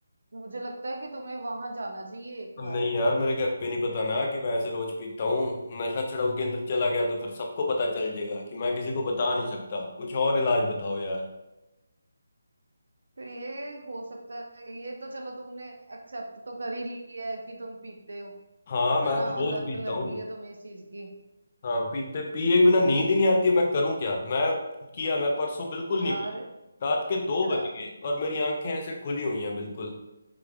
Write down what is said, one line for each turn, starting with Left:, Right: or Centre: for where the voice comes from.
Right: मुझे लगता है कि तुम्हें वहां जाना चाहिए एक
Left: नहीं
Right: बार
Left: यार मेरे घर पे नहीं पता ना कि मैं ऐसे रोज पीता हूँ नशा छुड़ाऊ के अंदर चला गया तो फिर सबको पता चल जाएगा कि मैं किसी को बता नहीं सकता कुछ और इलाज बताओ यार
Right: तो ये हो सकता है ये तो चलो तुमने एक्सेप्ट तो कर ही ली है कि तुम पीते हो
Left: हाँ मैं
Right: है ना
Left: तो रोज
Right: लत
Left: पीता
Right: लग
Left: हूँ
Right: गई है तुम्हें इस चीज की
Left: हाँ पीते पिए बिना नींद ही नहीं आती है मैं करूं क्या मैं किया
Right: हम्म,
Left: मैं परसों बिल्कुल
Right: यार
Left: नहीं पी रात के दो
Right: शराब
Left: बज गए और मेरी आंखें ऐसे खुली हुई हैं बिल्कुल